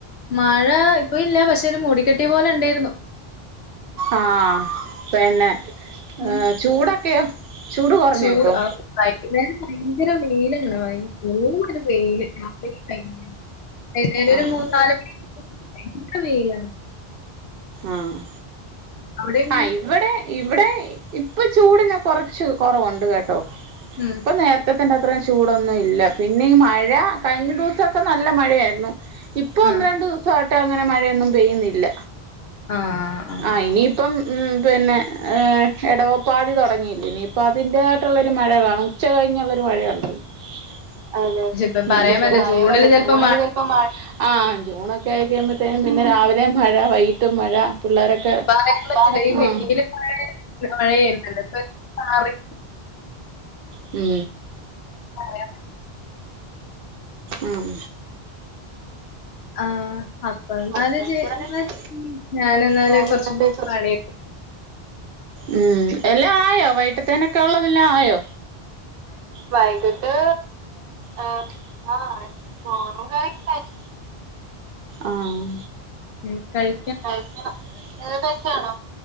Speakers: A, on the left; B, on the right.
A: മഴ ഇപ്പ ഇല്ല, പക്ഷേ ഒരു മൂടിക്കെട്ടിയ പോലെ ഇണ്ടായിരുന്നു.
B: ആഹ് പിന്നെ
A: ഉം.
B: ഏ ചൂടൊക്കെയോ? കുറഞ്ഞോ
A: ചൂട്
B: ഇപ്പൊ
A: <unintelligible> ഇവടെ വയങ്കര വെയിലാണ്, വയ <unintelligible> വെയില് <unintelligible> <unintelligible>
B: ആഹ്
A: മൂന്നാല് <unintelligible> വയങ്കര വെയിലാണ്.
B: ആഹ്
A: അവിടെ എങ്ങനെയാ?
B: ആ ഇവടെ ഇവടെ ഇപ്പ ചൂടിന് കൊറച്ച് കൊറവുണ്ട് കേട്ടോ.
A: മ്
B: ഇപ്പം നേരത്തെത്തെന്റെ അത്ര ചൂടൊന്നു ഇല്ല, പിന്നെ ഈ മഴ കഴിഞ്ഞ ദിവസൊക്കെ നല്ല മഴയായിരുന്നു. ഇപ്പോ
A: ആഹ്.
B: ഒന്ന് രണ്ട് ദിവസായിട്ട് അങ്ങനെ മഴയൊന്നും പെയ്യുന്നില്ല,
A: ആഹ് ആഹ്.
B: ആ ഇനി ഇപ്പം പിന്നെ ഏഹ് എടവപ്പാതി തൊടങ്ങിയില്ലെ ഇനിയിപ്പം അതിൻ്റെതായിട്ടുള്ളൊരു മഴ കാണും. ഉച്ച കഴിഞ്ഞുള്ളൊരു മഴയുണ്ടല്ലോ അതെ അതെ
A: പക്ഷെ ഇപ്പ
B: മ് <unintelligible>
A: പറയാൻ പറ്റില്ല. ജൂണില് ചെലപ്പോ
B: ഇപ്പം മഴ ആ ജൂണൊക്കെ ആയിക്കഴിയുമ്പത്തേനും പിന്നെ രാവിലേം മഴ വൈകിട്ടും മഴ പിള്ളേരൊക്കെ
A: പറയാൻ പറ്റില്ല. ഈ
B: മ്
A: മെയില് മഴ മഴയായിരുന്നല്ലോ. ഇപ്പൊ മാറി
B: മ്
A: <unintelligible>
B: ഉം.
A: ആഹ് എന്നാല്
B: അപ്പ എന്ന
A: ജ് എന്നാ ഞാനെന്നാല്
B: ഞാനുള്ള
A: കൊറച്ച്
B: <unintelligible>
A: പണിയൊക്കെ
B: ഉം എല്ലാം ആയോ വൈകിട്ടത്തേനൊക്കെ ഉള്ളതെല്ലാം ആയോ? വൈകിട്ട് ആഹ് ആഹ് ചോറും കറിയൊക്കെ ആയി- ആഹ്
A: ഉം കയി
B: കഴിക്കണം ചോറ് കഴിച്ചേ ആണോ?